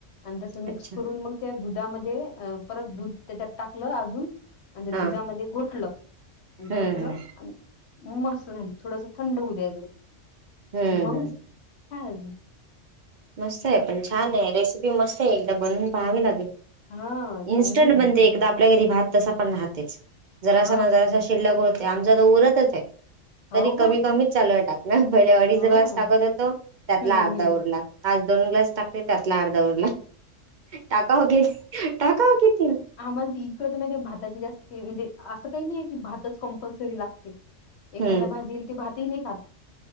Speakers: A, on the left; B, on the right.
A: आणि तसं मिक्स
B: अच्छा
A: करून मग- त्या दुधामध्ये परत दूध त्याच्यात टाकलं अजून- आणि ते
B: हा
A: दुधामध्ये घोटलं
B: हम्म
A: घोटलं
B: हम्म
A: आणि मस्त- झा थोडस थंड होऊ द्या
B: हम्म
A: मग
B: हम्
A: कायच
B: मस्त आहे पण छान आहे रेसिपी मस्त आहे एकदा बनून- पाहवी लागेल‌.
A: हां, चांगली
B: इनस्टंट
A: आहे
B: बनते
A: रेसिपी.
B: एकदा- आपल्या घरी भात तसा पण राहतेच जरासा
A: हा
B: ना जरासा शिल्लकते आमचा तर उरतच आहे.
A: हो
B: तरी कमी
A: का
B: कमीच चालू आहे टाक ना पहिले अडीच
A: हा.
B: ग्लास टाकत होतो त्यातला
A: हम्म
B: अर्धा
A: हम्म.
B: उरला. आज दोन ग्लास टाकले त्यातला अर्ध उरला टाका हो कि टाका हो किती?
A: आम्हालाकड तर माहि भाताची जास्त म्हणजे असं काही नाही आहे की भातच कंपल्सरी लागते. एखाद्या
B: हम्म
A: भात दिल ते भातही नाही खात.